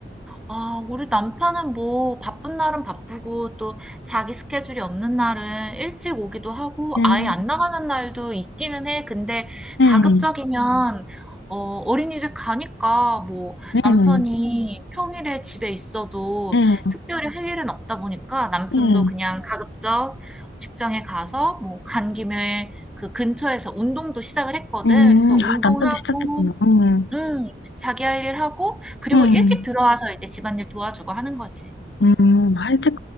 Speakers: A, in the centre; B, on the left (about 80°).
A: 아, 우리 남편은 뭐 바쁜 날은 바쁘고 또 자기 스케줄이 없는 날은 일찍 오기도 하고
B: 응.
A: 아예 안 나가는 날도 있기는 해. 근데
B: 응.
A: 가급적이면 어, 어린이집 가니까 뭐 남편이
B: 응,
A: 평일에 집에 있어도
B: 응,
A: 특별히 할 일은 없다 보니까 남편도
B: 응,
A: 그냥 가급적 직장에 가서 뭐 간 김에 그 근처에서 운동도 시작을 했거든.
B: 응.
A: 그래서 운동하고
B: 아, 남편도 시작했구나. 응,
A: 음. 자기 할 일 하고 그리고
B: 응,
A: 일찍 들어와서 이제 집안일 도와주고 하는 거지.
B: 응. 아, 일찍,